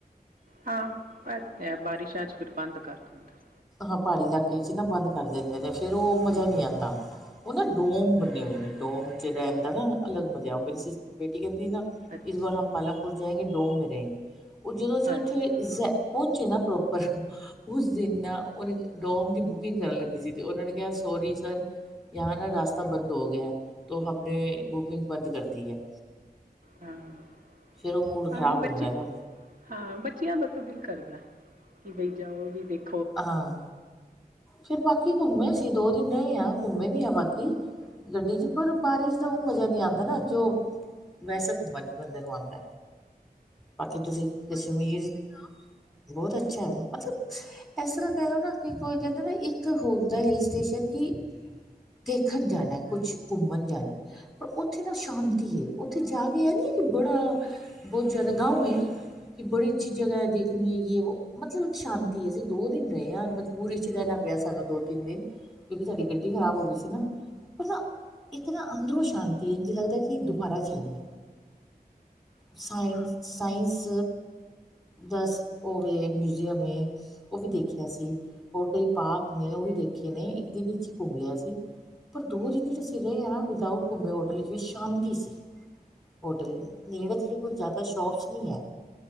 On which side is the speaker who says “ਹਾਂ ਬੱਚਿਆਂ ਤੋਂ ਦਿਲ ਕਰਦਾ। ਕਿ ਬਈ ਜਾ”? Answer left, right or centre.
Right